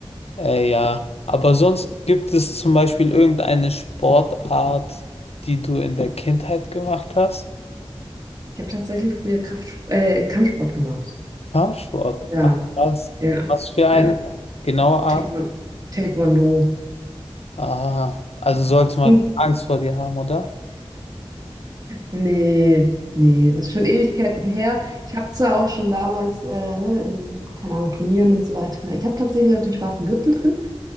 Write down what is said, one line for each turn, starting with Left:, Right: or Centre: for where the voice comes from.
Left: Äh, ja, aber sonst gibt es zum Beispiel irgendeine Sportart, die du in der Kindheit gemacht hast?
Right: Ich habe tatsächlich früher Kraft, äh, Kampfsport gemacht.
Left: Kampfsport.
Right: Ja,
Left: Ach, was?
Right: ja.
Left: Was für eine
Right: ja.
Left: genaue Art?
Right: Taekwon- Taekwondo.
Left: Ah, also sollte man
Right: <laughs>
Left: Angst vor dir haben, oder?
Right: Nee, nee, das ist schon Ewigkeiten her. Ich habe zwar auch schon damals, äh, ne, in, keine Ahnung, Turnieren und so weiter. Ich habe tatsächlich auch den schwarzen Gürtel drin,